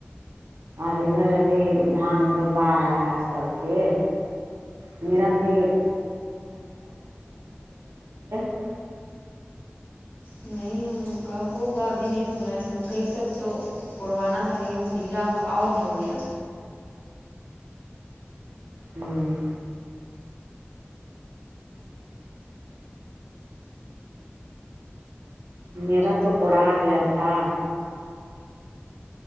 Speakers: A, on the right; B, on the left.
A: اور ادھر ابھی دھان روپا رہا ہے سب کے میرا بھی <unintelligible>
B: نہیں لوگ کا ہوگا ابھی نہیں ہو رہا ہے مکئی سب تو کروانا تھا لیکن گیلا اور ہو گیا
A: ہوں میرا تو کوڑا آ گیا تھا